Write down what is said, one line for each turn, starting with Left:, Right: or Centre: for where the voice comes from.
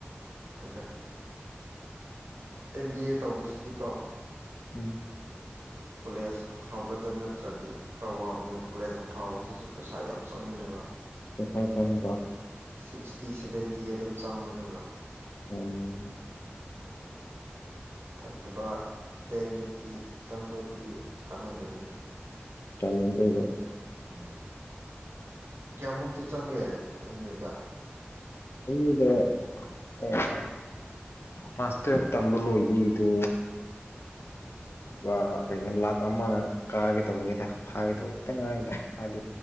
Right: ꯑꯗꯨꯣꯏꯗ ꯑꯦꯝ ꯕꯤ ꯑꯦ ꯇꯧꯕꯁꯤꯗꯤꯀꯣ
Left: ꯎꯝ
Right: ꯀꯣꯂꯦꯖ ꯑꯐꯕꯗ ꯅꯠꯇ꯭ꯔꯗꯤ ꯈꯔ ꯋꯥꯕꯅꯤ ꯀꯣꯂꯦꯖ ꯑꯐꯕꯁꯤꯁꯨ ꯄꯩꯁꯥ ꯌꯥꯝ ꯆꯪꯕꯅꯦꯕ
Left: ꯆꯁ ꯆꯟꯕ
Right: ꯁꯤꯛꯁꯇꯤ ꯁꯚꯦꯟꯇꯤ ꯑꯗꯨꯝ ꯆꯪꯕꯅꯦꯕ
Left: ꯑꯣꯝ
Right: ꯦ ꯐꯠꯇꯕ ꯇꯦꯟ ꯇ꯭ꯋꯦꯟꯇꯤ ꯆꯪꯕꯗꯨꯗꯤ ꯀꯥꯟꯅꯗꯕꯅꯤ
Left: ꯆꯅꯗꯕꯣ
Right: ꯎꯝ ꯀꯌꯥꯃꯨꯛꯇꯤ ꯆꯪꯒꯦ ꯑꯦꯝ ꯌꯨꯗ
Left: ꯏꯗ ꯍ ꯃꯥꯁꯇꯔ ꯇꯝꯕꯜ ꯏꯗꯤ ꯏꯗꯨ ꯂꯨꯄꯥ ꯀꯩꯅꯣ ꯂꯥꯛ ꯑꯃ ꯀꯥꯒꯦ ꯇꯧꯕꯦꯗ ꯐꯥꯒꯦ ꯇꯧꯕ ꯈꯤꯇꯪ ꯉꯥꯏꯗ ꯍꯥꯏꯗꯤ